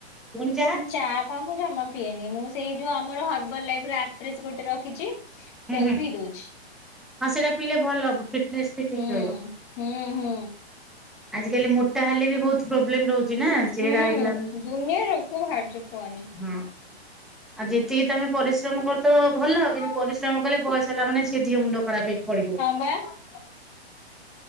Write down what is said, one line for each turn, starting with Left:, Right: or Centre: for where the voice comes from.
Centre: <unintelligible>
Left: ମୁଁ ଚା ଫା ମୁଁ ଜମା ପିଏନି, ମୁଁ ସେଇ ଯୋଉ ଆମର ହର୍ବାଲ ଲାଇଫର ଆପ୍ରେକ୍ସ ଗୋଟେ ରଖିଛି ସେଇଆକୁ
Centre: ହୁଁ ହୁଁ
Left: ପି ଦଉଛି।
Centre: ହଁ ସେଇଟା ପିଇଲେ ଭଲ, ଫିଟନେସ ବି ଠିକ
Left: ହୁଁ
Centre: ରହିବ।
Left: ହୁଁ ହୁଁ
Centre: ଆଜିକାଲି ମୋଟା ହେଲେ ବି ବହୁତ ପ୍ରୋବ୍ଲେମ ରହୁଛି ନା। ଚେହେରା
Left: ହୁଁ
Centre: ହେଇ ଗଲାଣି
Left: ଦୁନିଆ ରୋଗ ବାହାରୁଛି କୁହନି।
Centre: ହଁ। ଆଉ ଯେତିକି ତମେ ପରିଶ୍ରମ କରୁଥିବ ଭଲ
Left: ହଁ
Centre: କିନ୍ତୁ ପରିଶ୍ରମ କଲେ ବୟସ ହେଲା ମାନେ ସେ ଦେହମୁଣ୍ଡ ଖରାପ ହେଇକି ପଡ଼ିବ।
Left: ବା ଏମିତି